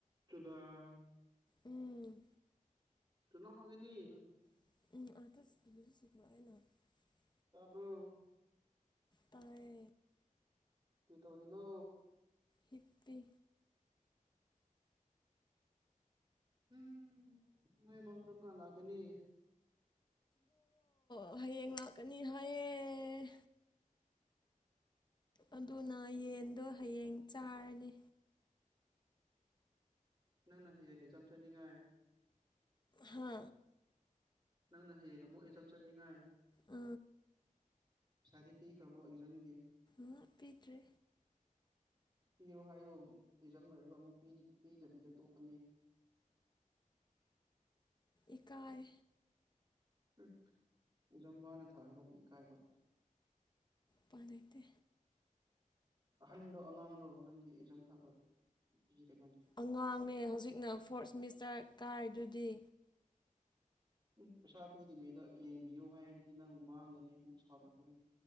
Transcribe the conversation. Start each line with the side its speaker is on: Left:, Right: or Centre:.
Right: ꯆꯗꯥ <unintelligible>
Left: ꯎꯝ
Right: ꯇꯅꯣ ꯍꯒꯅꯤ <unintelligible>
Left: ꯎ ꯑ ꯁꯨꯦ <inaudible>
Right: ꯇꯥꯔꯕꯣ
Left: ꯇꯔꯦ
Right: ꯀꯩ ꯇꯧꯔꯤꯅꯣ
Left: ꯍꯤꯞꯄꯤ
Right: ꯎꯝ ꯅꯣꯏꯃꯥ ꯀꯔꯝ ꯀꯥꯟꯂꯥꯛꯒꯅꯤ
Left: ꯑꯣ ꯍꯌꯦꯡ ꯉꯥꯛꯀꯅꯤ ꯍꯥꯏꯑ ꯑꯗꯨꯅ ꯌꯦꯟꯗꯣ ꯍꯌꯦꯡ ꯆꯥꯔꯅꯤ
Right: ꯅꯪꯅ ꯍꯌꯦꯡ ꯑꯦꯛꯖꯥꯝ ꯆꯠꯅꯤꯡꯉꯥꯏ
Left: ꯍꯥ
Right: ꯅꯪꯅ ꯍꯌꯦꯡ ꯑꯃꯨꯛ ꯑꯦꯆꯝ ꯆꯅꯤꯡꯉꯥꯏ
Left: ꯑ
Right: ꯄꯩꯁꯥꯗꯤ ꯄꯤꯈꯔꯕꯣ ꯑꯦꯖꯝꯒꯤ
Left: ꯑ ꯄꯤꯠ꯭ꯔ
Right: ꯄꯤꯔꯣ ꯍꯥꯏꯌꯣ ꯑꯦꯖꯝ ꯂꯣꯏꯔꯒ ꯑꯃꯨꯛ ꯄꯤꯗꯕꯤꯗ ꯇꯣꯛꯀꯅꯤ
Left: ꯏꯀꯥꯥꯏ
Right: ꯎꯝ ꯌꯦꯖꯣꯝ ꯋꯥꯅ ꯊꯥꯔꯒ ꯑꯃꯨꯛ ꯏꯀꯥꯏꯕ
Left: ꯄꯥꯅꯤꯡꯗꯦ
Right: ꯑꯍꯟꯗꯣ ꯑꯉꯥꯡꯗꯣ ꯅꯪꯒꯤ ꯑꯦꯛꯖꯥꯝ ꯊꯥꯕ ꯀꯩꯅꯣ
Left: ꯑꯉꯥꯡꯅꯦ ꯍꯧꯖꯤꯛꯅ ꯐꯣꯔꯠ ꯁꯦꯃꯤꯁꯇꯔ ꯀꯥꯏꯗꯨꯗꯤ
Right: ꯎꯝ ꯄꯩꯁꯥ ꯄꯤꯗꯕꯤꯗ ꯌꯦꯡꯕꯤꯌꯨ ꯍꯥꯏꯔꯗꯤ ꯅꯪ ꯃꯥꯡꯒꯅꯤ ꯑꯃꯨꯛ ꯁꯥꯎꯔꯛꯀꯅꯤ